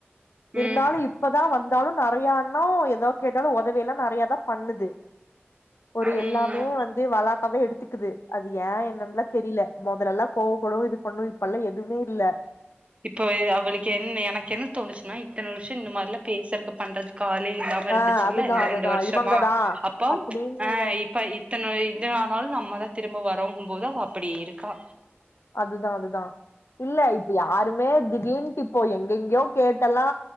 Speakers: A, on the left; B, on the right.
A: இருந்தாலு
B: ம்
A: இப் பதா வந்தாலு நிறையான்னா எதாவக் கேட்டாலு உதவி எல்லா நறைய தா பண்ணுது ஒரு
B: ம்
A: எல்லாமே வந்து வளாட்டாவே எடுத்துக்குது அது ஏன் என்னான்ல தெரில முதல்ல எல்லா கோவப்படுவ இது பண்ணு இப்ப எல்லா எதுமே இல்ல
B: இப்ப அவளுக்கு என்ன எனக்கு என்ன தோணுச்சுன்னா இத்தன வருஷோ இந்த மாரிலா பேசுறக்கு பண்றதுக்கு ஆளே இல்ல வருந்துச்சுல்ல
A: ஆ அதுதா
B: இந்த
A: அதுதா
B: ரெண்டு வருஷமா
A: இவங்கதா
B: அப்பம்
A: அப்டின்னு
B: ஆ இப்ப இத்தன இந்த ஆனாலு நம்மதா திரும்ப வரோங்கும் போது அவ அப்புடி இருக்கா
A: அதுதா அதுதா இல்ல இப்ப யாருமே திடீனுட்டு இப்போ எங்கெங்கயோ கேட்டெல்லா